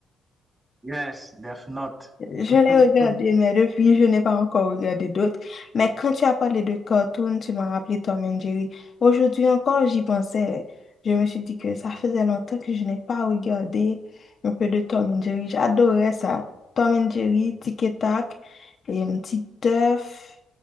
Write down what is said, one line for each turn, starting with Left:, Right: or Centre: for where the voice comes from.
Right: Yes, Death Note.
Left: Je
Right: <laughs>
Left: l'ai regardé, mais depuis, je n'ai pas encore regardé d'autres. Mais quand tu as parlé de cartoon, tu m'as rappelé Tom and Jerry. Aujourd'hui encore, j'y pensais. Je me suis dit que ça faisait longtemps que je n'ai pas regardé un peu de Tom and Jerry. J'adorais ça. Tom and Jerry, Tic et Tac, et un petit Teuf,